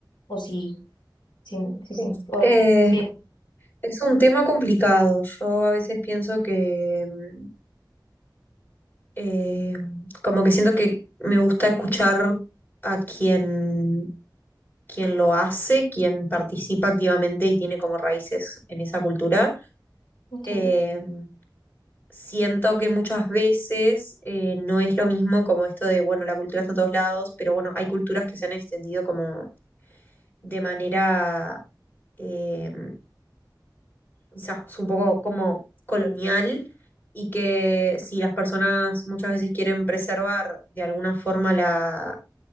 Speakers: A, on the left (about 85°); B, on the left (about 25°).
A: o si, si, si, si-
B: Uf,
A: o
B: eh,
A: si-
B: es un tema complicado. Yo a veces pienso que, mm, eh, como que siento que me gusta escuchar a quien, quien lo hace, quien participa activamente y tiene como raíces en esa cultura.
A: ok,
B: Eh, siento que muchas veces eh, no es lo mismo como esto de, bueno, la cultura está en todos lados, pero bueno, hay culturas que se han extendido como de manera eh, quizás un poco como colonial y que si las personas muchas veces quieren preservar de alguna forma la...